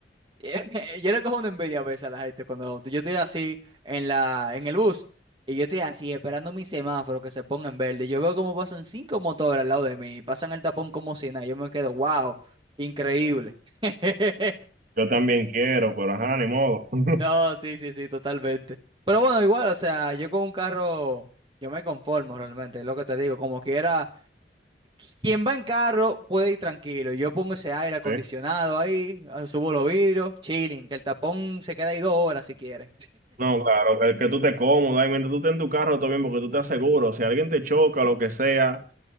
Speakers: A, on the right; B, on the right.
A: <laughs> Yo le cojo una envidia a veces a la gente cuando yo estoy así en la, en el bus y yo estoy así esperando mi semáforo que se ponga en verde. Y yo veo cómo pasan cinco motores al lado de mí y pasan el tapón como si nada. y Yo me quedo, wow, increíble. <laughs>
B: Yo también quiero, pero ajá, ni modo. <laughs>
A: No, sí, sí, sí, totalmente. Pero bueno, igual, o sea, yo con un carro, yo me conformo realmente, es lo que te digo. Como quiera, qu- quien va en carro puede ir tranquilo. Yo pongo ese aire acondicionado
B: Sí.
A: ahí, ah, subo los vidrios, chilling, que el tapón se queda ahí dos horas si quiere.
B: No, claro, que, que tú te cómodo, ahí mientras tú estés en tu carro, todo bien, porque tú estás seguro. Si alguien te choca, lo que sea,